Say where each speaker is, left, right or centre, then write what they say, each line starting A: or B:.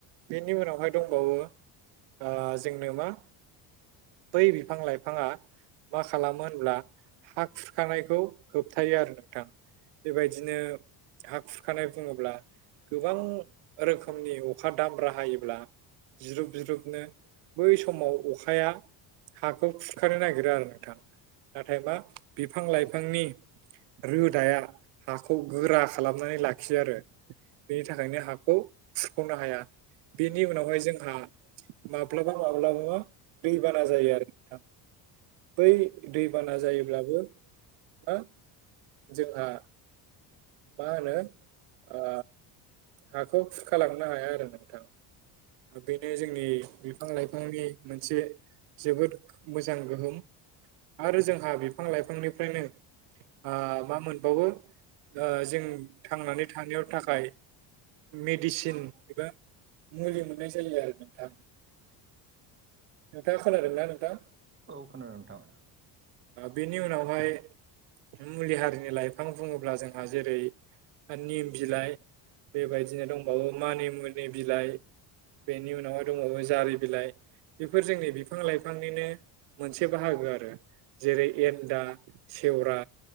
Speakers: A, on the right (about 70°); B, on the right (about 25°).
A: बेनि उनावहाय दंबावो आ जोंनो मा बै बिफां लाइफाङा मा खालामो होनब्ला हा खुरखानायखौ होबथायो आरो नोंथां बेबायदिनो हा खुरखानाय बुङोब्ला गोबां रोखोमनि अखा दामब्रा हायोब्ला जिरुब जिरुबनो बै समाव अखा अखाया हाखौ खुरखानो नागिरो आरो नोंथां नाथाय मा बिफां लाइफांनि रोदाया हाखौ गोरा खालामनानै लाखियो आरो बेनि थाखायनो हाखौ खुरख'नो हाया बिनि उनावहाय जोंहा माब माब्लाबा माब्लाबा दैबाना जायो आरो बै दैबाना जायोब्लाबो मा जोंहा मा होनो आ हाखौ खुुरखा लांनो हाया आरो नोंथां बेनो जोंनि बिफां लाइफांनि मोनसे जोबोद मोजां गोहोम आरो जोंहा बे बिफां लाइफांनिफ्रायनो आ मा मोनबावो आ जों थांनानै थानायाव थाखाय मेडिसिन
B: औ
A: एबा मुलि मोननाय जायो आरो नोंथां नोंथाङा खोनादों ना नोंथां?
B: औ खोनादों नोंथां
A: बेनि उनावहाय मुलि हारिनि लाइफां बुङोब्ला जों जेरै निम बिलाइ बेबायदिनो दंबावो मानिमुनि बिलाइ बेनि उनावहाय दंबावो जारि बिलाइ बेफोर जोंनि बिफां लाइफांनिनो मोनसे बाहागो आरो जेरै एन्दा सेवरा